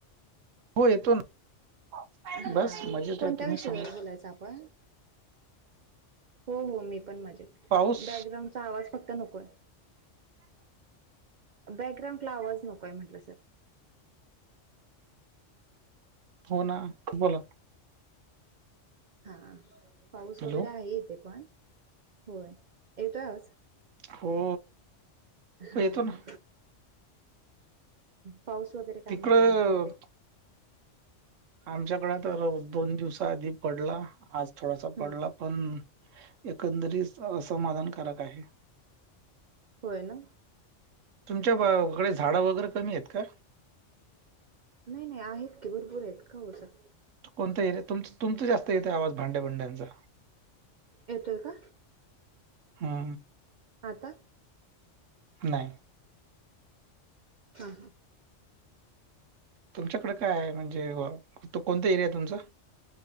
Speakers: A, on the right; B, on the right.
A: हो येतो ना
B: हा
A: बस मजेत
B: कोणत्या
A: आहे तुम्ही
B: विषयावर
A: सांगा
B: बोलायचं आपण. हो हो मी. ण
A: पाऊस
B: बॅकग्राउंडचा आवाज फक्त नकोय. बॅकग्राउंडला आवाज नकोय म्हंटलं सर.
A: फोन ना बोला.
B: हा पाऊस
A: हॅलो
B: वगैरे आहे इथे पण होय येतो आवाज
A: हो
B: हां
A: हो येतो ना.
B: हां पाऊस वगैरे काय
A: तिकडं
B: म्हणतो तुमच्या इकडे?
A: आमच्याकडे तर दोन दिवसा आधी पडला आज थोडासा
B: हम्म
A: पडला पण. एकंदरीत असमाधानकारक आहे.
B: होय ना
A: तुमच्या? कडे झाड वगैरे कमी आहेत का?
B: नाही नाही आहेत की भरपूर आहेत का ओ सर?
A: कोणतं येरी यात तुमचं जास्त येतं आहे आवाज भांड्या भुड्यांचा
B: येतोय का?
A: हा.
B: आता
A: नाही.
B: हा.
A: तुमच्याकडे काय आहे म्हणजे कोणता एरिया तुमचा?